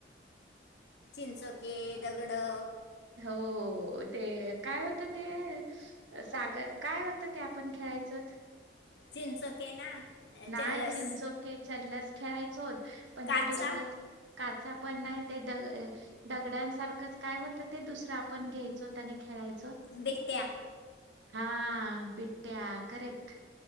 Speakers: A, on the left; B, on the right.
A: चिंचोके, दगडं
B: हो हो ते काय होतं ते सागर काय होतं ते आपण खेळायचोत?
A: चिंचोके ना!
B: नाही
A: चल्लस
B: चिंचोक, चलस खेळायचोचं पण
A: काचा
B: ते दुसरं काचा पण नाही ते द दगडांसारखंच काय होतं ते दुसरं आपण घेयचो त्यांनी खेळायचो?
A: पिट्टया
B: हा पिट्टया करेक्ट.